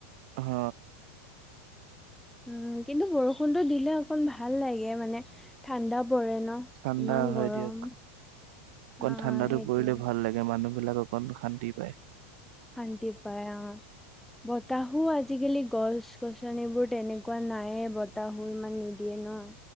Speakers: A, on the right; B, in the centre.
A: হ
B: উম কিন্তু বৰষুণতো দিলে অকন ভাল লাগে মানে ঠাণ্ডা। পৰে ন
A: ঠাণ্ডা
B: ইমান
A: হয়
B: গৰম
A: দিয়ক অকণ
B: হা
A: ঠাণ্ডাতো
B: সেইটোয়ে
A: পৰিলে ভাল লাগে মানুহ। বিলাককণ শান্তি পায়।
B: শান্তি পায় অ বতাহো আজি আজিকালি গছ গছনিবোৰ তেনেকুৱা নাইয়ে বতাহু ইমান নিদিয়ে ন।